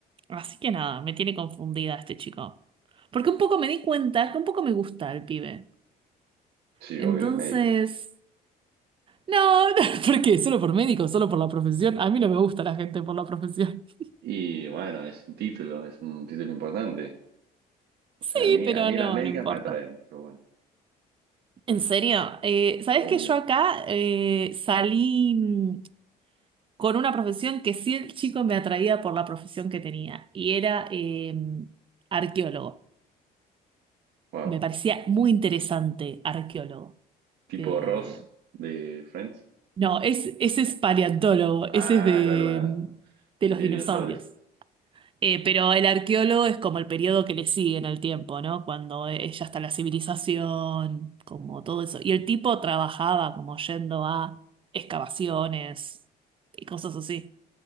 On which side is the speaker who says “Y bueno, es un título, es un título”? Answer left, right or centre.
Right